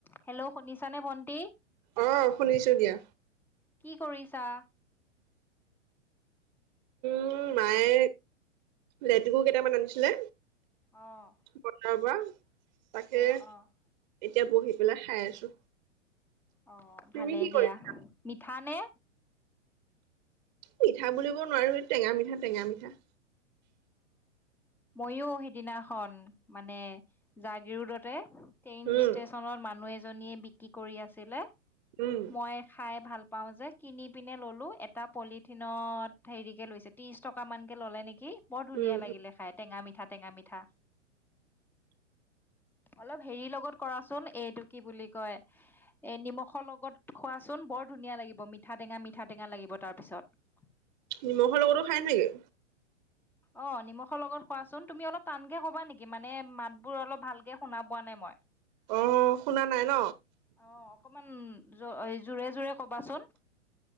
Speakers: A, in the centre; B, on the right.
A: Hello শুনিছানে ভণ্টি?
B: অ' শুনিছো দিয়া।
A: কি কৰিছা।
B: উম, মায়ে লেটেকু কেইটামান আনিছিলে।
A: অ',
B: বজাৰ পৰা তাকে,
A: অ', অ'।
B: এতিয়া বহি পেলাই খাই আছো।
A: অ'
B: তুমি
A: ভালেই
B: কি কৰিছা
A: দিয়া মিঠা নে?
B: মিঠা বুলিব নোৱাৰো সে টেঙা মিঠা, টেঙা মিঠা।
A: মইও সেইদিনাখন মানে জাগিৰোদতে ট্ৰেইন
B: উম
A: ষ্টেচনত মানুহ এজনীয়ে বিক্ৰী কৰি আছিলে
B: উম
A: মই খাই ভাল পাওঁ যে কিনি পিনে ললো এটা পলিথিনত হেৰিকে লৈছে ত্ৰিশ টকা মানকে ল'লে নেকি? বৰ ধুনীয়া
B: উম
A: লাগিলে খাই টেঙা মিঠা, টেঙা মিঠা। অলপ হেৰি লগত কৰাচোন এইটো কি বুলি কয় এ নিমখৰ লগত খোৱাচোন। বৰ ধুনীয়া লাগিব মিঠা টেঙা, মিঠা টেঙা লাগিব তাৰ পিছত।
B: নিমখৰ লগতো খায় নেকি?
A: অ' নিমখৰ লগত খোৱাচোন। তুমি অলপ টানকে কবা নেকি মানে মাত বোৰ অলপ ভালকে শুনা পোৱা নাই মই
B: আহ, শুনা নাই ন।
A: অ অকমান জোৰে জোৰে কবাচোন।